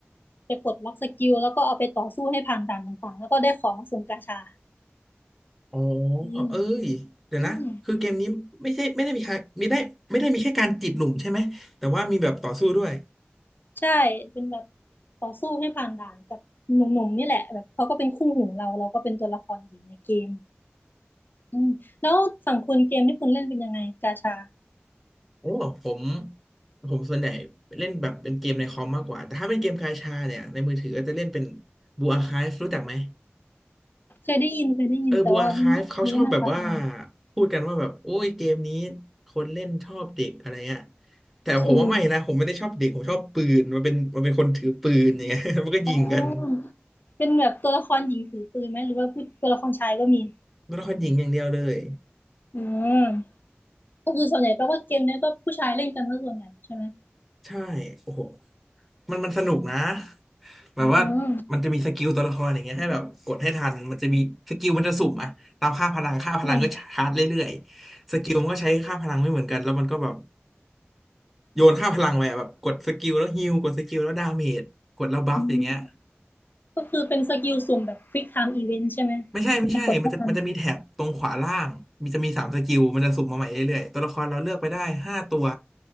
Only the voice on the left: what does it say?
ไปปลดล็อกสกิลแล้วก็เอาไปต่อสู้ให้ผ่านด่านต่างๆแล้วก็ได้ของสุ่มกาชา
อืม
อืม
ใช่เป็นแบบต่อสู้ให้ผ่านด่านกับหนุ่มๆนี่แหละแบบเขาก็เป็นคู่หูเราเราก็เป็นตัวละครหญิงในเกม อืมแล้วสังคุณเกมที่คุณเล่นเป็นยังไงกาชา
เคยได้ยินเคยได้ยินแต่ว่าไม่รู้ว่าหนะครับยังไง
เอืม
อ๋อเป็นแบบตัวละครหญิงถือปืนไหมหรือว่าผู้ตัวละครชายก็มี
อืมก็คือส่วนใหญ่แปลว่าเกมเนี้ยก็ผู้ชายเล่นกันซะส่วนใหญ่ใช่ไหม
อืม
อืม
อืมก็คือเป็นสกิลสุ่มแบบ Quick Time Event ใช่ไหมแบบให้กดให้ทัน